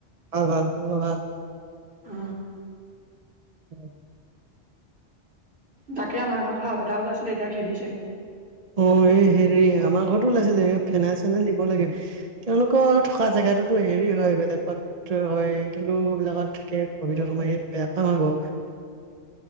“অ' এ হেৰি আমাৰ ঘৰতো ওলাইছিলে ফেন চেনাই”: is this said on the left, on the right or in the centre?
Right